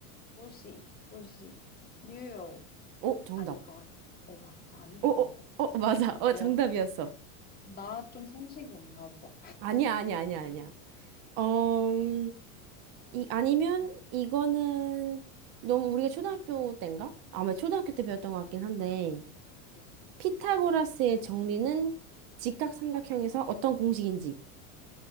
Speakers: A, on the left (about 20°); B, on the right (about 55°).
A: 도시, 도시. 뉴욕.
B: 어, 정답.
A: 아닐 것 같아. 어, 맞다. 아닐
B: 어,
A: 줄
B: 어,
A: 알았는데.
B: 어, 맞아. 어,
A: 와.
B: 정답이었어.
A: 나 좀 상식이 없나 봐.
B: 아니야, 아니야, 아니야, 아니야. 어, 음, 이, 아니면,
A: 응.
B: 이거는, 너무 우리가 초등학교 때인가? 아마 초등학교 때 배웠던 것 같긴 한데,
A: 응.
B: 피타고라스의 정리는 직각삼각형에서
A: 어,
B: 어떤 공식인지.